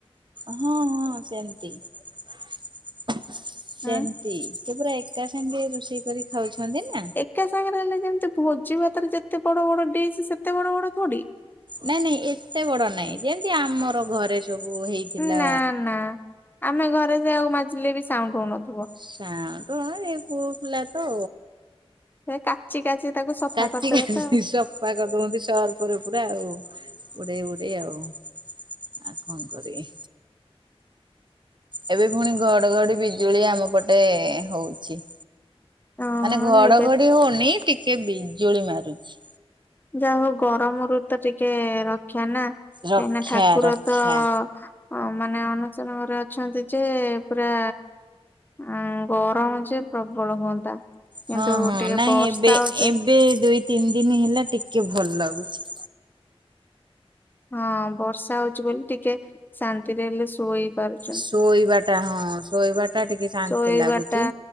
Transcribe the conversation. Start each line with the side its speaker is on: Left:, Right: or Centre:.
Right: ହଁ ହଁ ସେମତି ସେମତି
Left: ହୁଁ।
Right: ସେ ପୁରା ଏକା ସାଙ୍ଗେ ରେ ରୋଷେଇ କରି ଖାଉଛନ୍ତି ନା।
Left: ଏକା ସାଙ୍ଗରେ ହେଲେ ଯେମିତି ଭୋଜି ଭାତରେ ଯେତେ ବଡ ବଡ ଡିସ୍ ସେତେ ବଡ ବଡ ଥୋଡି।
Right: ନାଇଁ ନାଇଁ ଏତେ ବଡ ନାଇଁ ଯେଁତି ଆମର ଘରେ। ସବୁ ହେଇଥିଲା।
Left: ନା ନା ଆମେ ଘରେ ସେଆକୁ ମାଜିଲେ ବି ସାଉଣ୍ଡ ହଉନଥ
Right: ସାଉଣ୍ଡ କଣ ଇଏ ପୁଅ ପିଲା ତ।
Left: ହେ କା। ଚିକା ଚୀ ତାକୁ। ସଫା
Right: କାଚି
Left: କରିଦେବେ
Right: କାଚି
Left: ତ
Right: ସଫା କରି ଦଉଛନ୍ତି ସର୍ପରେ ପୁରା ଆଉ। ଉଡେଇ ଉଡେଇ ଆଉ ଆଉ କଣ କରିବି। ଏବେ ପୁଣି ଘଡଘଡି ବିଜୁଳି ଆମ ପଟେ
Left: ହଁ।
Right: ହଉଚି।
Left: ହଁ
Right: ମାନେ ଘଡଘଡି
Left: ଏବେ
Right: ହଉନି ଟିକେ ବିଜୁଳି ମାରୁଛି।
Left: ଯା ହଉ ଗରମରୁ ତ ଟିକେ ରକ୍ଷା ନା କାଇଁ
Right: ରକ୍ଷା
Left: ନା ଠାକୁର
Right: ରକ୍ଷା।
Left: ତ। ହଁ ମାନେ ଅନୁଚରଣ ରେ ଅଛନ୍ତି ଯେ ପୁରା। ଉଁ ଗରମ ଯେ ପ୍ରବଳ ହୁଅନ୍ତା କିନ୍ତୁ
Right: ହଁ ହଁ
Left: ଟିକେ
Right: ନାଇଁ
Left: ବର୍ଷା
Right: ଏବେ
Left: ହଉଛି
Right: ଏବେ ଦୁଇ ତିନି ଦିନ ହେଲା ଟିକେ ଭଲ ଲାଗୁଛି।
Left: ହଁ ବର୍ଷା ହଉଛି ବୋଲି ଟିକେ ଶାନ୍ତିରେ ହେଲେ ଶୋଇ ପାରୁ
Right: ଶୋଇବା ଟା ହଁ ଶୋଇବା ଟା ଟିକେ ଶାନ୍ତି
Left: ଶୋଇବାଟା
Right: ଲାଗୁଛି।